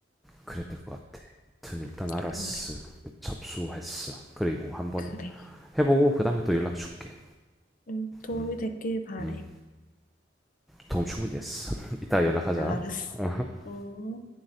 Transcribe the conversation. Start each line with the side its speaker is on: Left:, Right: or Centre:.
Centre: 그래야 될 것 같아. 아무튼 일단 알았어.
Left: 그래.
Centre: 접수했어. 그리고 한번
Left: 그래.
Centre: 해보고 그 다음에 또 연락 줄게.
Left: 응, 도움이
Centre: 음,
Left: 됐길 바래.
Centre: 음, 도움 충분히 됐어. <laughs> 이따 연락하자.
Left: 아, 알았어.
Centre: <laughs>
Left: 음.